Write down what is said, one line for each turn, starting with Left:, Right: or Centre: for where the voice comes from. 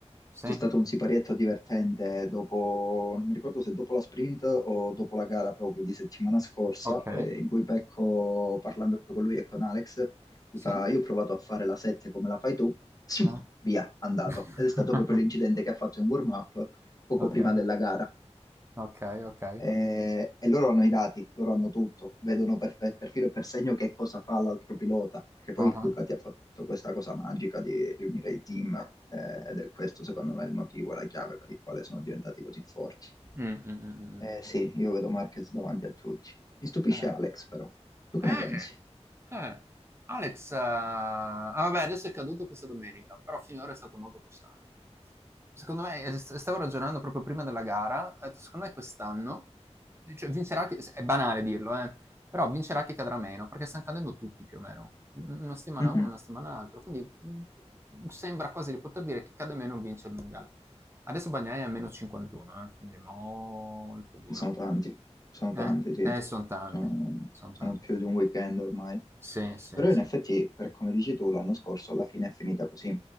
Right: Sì,
Left: C'è stato un siparietto divertente dopo, non mi ricordo se dopo la sprint o dopo la gara proprio di settimana scorsa,
Right: ok,
Left: eh, in cui Pecco, parlando con lui e con Alex, gli
Right: sì,
Left: fa: Io ho provato a fare la 7 come la fai tu, Sì,
Right: eh.
Left: via, andato.
Right: <laughs>
Left: Ed è stato proprio l'incidente che ha fatto in warm-up poco
Right: Ok,
Left: prima della gara.
Right: ok, ok.
Left: Eh, e loro hanno i dati, loro hanno tutto, vedono per, fe- per filo e per segno che cosa fa l'altro pilota, perché poi
Right: Ah ah.
Left: Ducati ha fatto questa cosa magica di riunire i team, eh, ed è questo secondo me il motivo, la chiave per il quale sono diventati così forti.
Right: Mm, mm, mm, mm,
Left: Eh,
Right: mm.
Left: sì, io vedo Marquez davanti a tutti. Mi stupisce
Right: Eh.
Left: Alex però, tu
Right: Eh,
Left: che ne pensi?
Right: eh. Alex, eh, ah, vabbè, adesso è caduto questa domenica, però finora è stato molto costante. Secondo me, eh, st- stavo ragionando proprio prima della gara, ho detto, secondo me quest'anno cioè, vincerà chi, è banale dirlo, eh, però vincerà chi cadrà meno, perché stanno cadendo tutti più o meno, una settimana
Left: Mhm.
Right: uno, una settimana l'altro, quindi mh, sembra quasi di poter dire che chi cade meno vince il mondiale. Adesso Bagnai è a meno 51, eh, quindi è molto dura.
Left: Sono tanti, sono tanti,
Right: Eh,
Left: sì.
Right: eh sono tanti,
Left: Sono,
Right: sono
Left: sono
Right: tanti.
Left: più di un weekend ormai.
Right: Sì, sì,
Left: Però
Right: sì.
Left: in effetti, per come dici tu, l'anno scorso alla fine è finita così.